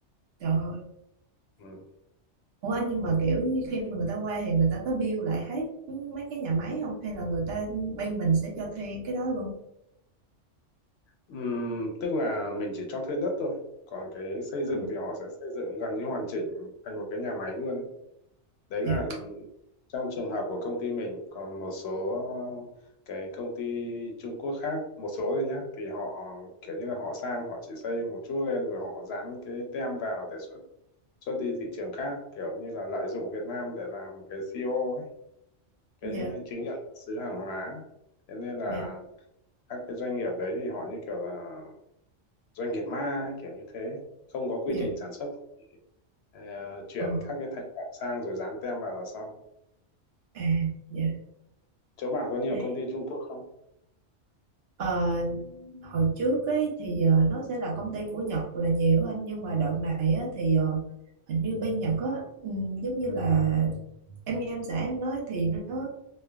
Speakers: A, on the right (about 65°); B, on the left (about 70°).
A: Trời ơi.
B: Ừ.
A: Ủa anh nhưng mà kiểu như khi mà người ta qua thì người ta có bill lại hết mấy cái nhà máy không? Hay là người ta bên mình sẽ cho thuê cái đó luôn?
B: Ừm, tức là mình chỉ cho thuê đất thôi còn cái xây dựng
A: Ừ.
B: thì họ sẽ xây dựng gần như hoàn chỉnh thành một cái nhà máy luôn ấy. Đấy
A: Dạ,
B: là trong trường hợp của công ty mình còn một số cái công ty Trung Quốc khác một số thôi nhá thì họ kiểu như là họ sang họ chỉ xây một chút lên rồi họ dán cái tem vào để xuất xuất đi thị trường khác kiểu như là lợi dụng Việt Nam để làm cái CO ấy cái
A: dạ,
B: chứng nhận xuất xứ hàng hóa thế nên là
A: dạ,
B: các cái doanh nghiệp đấy thì họ như kiểu là doanh nghiệp ma ấy, kiểu như thế không có quy
A: dạ.
B: trình sản xuất ờ, chuyển
A: Ờ,
B: các cái thành phẩm sang rồi dán tem vào là xong
A: à, dạ.
B: chỗ bạn có nhiều
A: à.
B: công ty Trung Quốc không
A: Ờ, hồi trước ấy thì ờ, nó sẽ là công ty của Nhật là nhiều anh nhưng mà đợt này á, thì ờ, hình như bên Nhật á ừm, giống như là em nghe em xã em nói thì nó